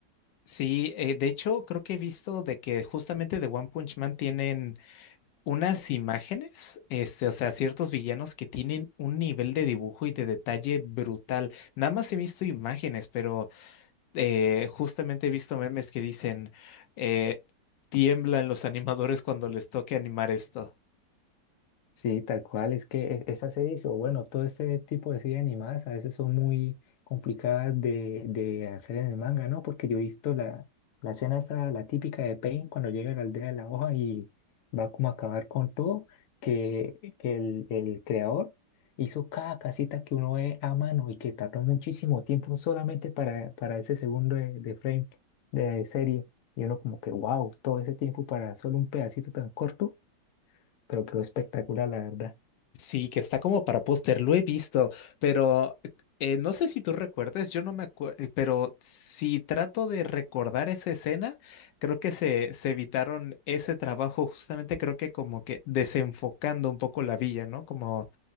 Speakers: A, on the left (about 80°); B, on the left (about 65°).
A: Sí, eh, de hecho, creo que he visto de que justamente de One Punch Man tienen unas imágenes, este, o sea, ciertos villanos que tienen un nivel de dibujo y de detalle brutal. Nada más he visto imágenes, pero eh, justamente he visto memes que dicen, eh, tiemblan los animadores cuando les toque animar esto.
B: Sí, tal cual, es que e- esas series, o bueno, todo este tipo de series animadas a veces son muy complicadas de, de hacer en el manga, ¿no? Porque yo he visto la, la escena esa, la típica de Pain cuando llega a la aldea de la hoja y va como a acabar con todo, que, que el, el creador hizo cada casita que uno ve a mano y que tardó muchísimo tiempo solamente para, para ese segundo de, de frame de serie. Y uno como que, wow, todo ese tiempo para solo un pedacito tan corto, pero quedó espectacular, la verdad.
A: Sí, que está como para póster, lo he visto, pero eh, no sé si tú recuerdes, yo no me acuerdo, pero si trato de recordar esa escena, creo que se, se evitaron ese trabajo justamente, creo que como que desenfocando un poco la villa, ¿no? Como,